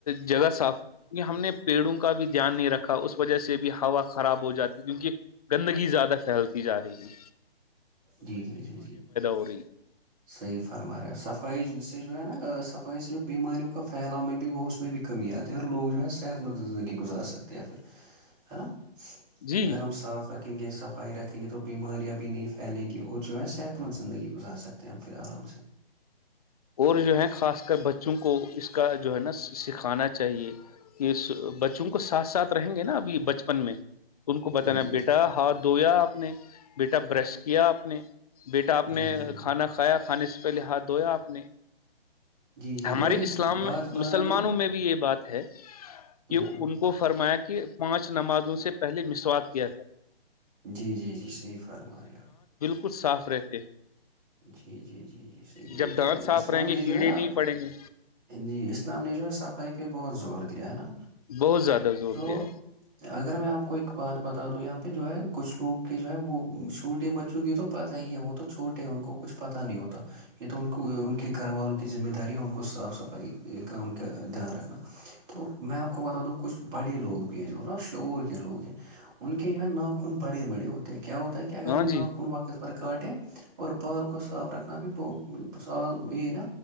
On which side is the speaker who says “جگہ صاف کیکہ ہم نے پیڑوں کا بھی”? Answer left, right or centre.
Left